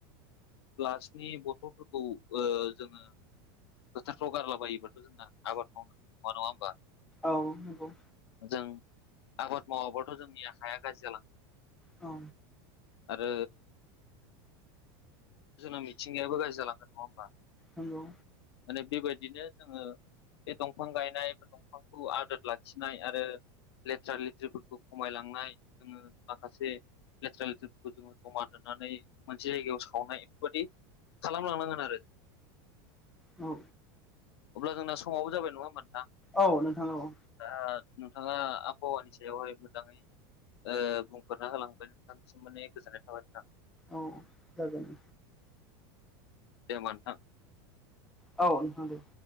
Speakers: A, on the left; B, in the centre.
A: ग्लासनि बथलफोरखौ ओ जोङो फोथारफ्राव गारलाबायोबाथ' जोंना आबाद मावनो नङा नङा होमबा
B: औ नंगौ
A: जों आबाद मावाबाथ' जोंनि हाया गाज्रि जालङो
B: औ
A: आरो जोंना मिथिंगायाबो गाज्रि जालांगोन नङा होमबा
B: नंगौ
A: माने बेबायदिनो जोङो बे दंफां गायनाय बा दंफांखौ आदोर लाखिनाय आरो लेथ्रा लेथ्रि फोरखौ खमायलांनाय जोङो माखासे लेथ्रा लेथ्रि फो खौ जोङो जमा दोननानै जायगायाव सावनाय बेफोरबायदि खालामलांनांगोन आरो <inaudible>
B: औ
A: अब्ला जोंना समाबो जाबाय नङा होनबा नोंथां
B: औ नोंथां औ
A: दा नोंथाङा आबहावानि सायावहाय मोजाङै ओ बुंफोरना होलांबाय नोंथांसिम माने गोजोननाय थाबाय नोंथां
B: औ जागोन
A: दे होमबा नोंथां
B: औ नोंंथां दे